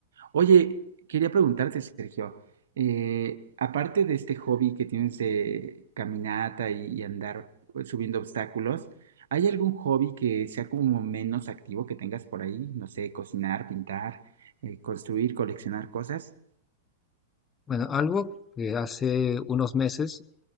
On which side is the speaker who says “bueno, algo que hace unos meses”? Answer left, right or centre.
Left